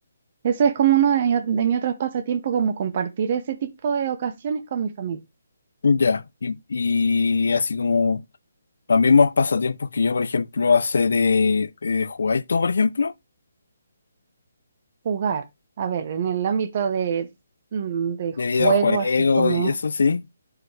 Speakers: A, on the right; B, on the left.
A: Eso es como uno de, mi- de mis otros pasatiempos, como compartir ese tipo de ocasiones con mi familia,
B: ya. Y, y así como... Los mismos pasatiempos que yo, por ejemplo, hace de... Eh, ¿jugáis tú, por ejemplo?
A: jugar. A ver, en el ámbito de, mm, de
B: De
A: juego,
B: videojuegos
A: así como
B: y eso, sí.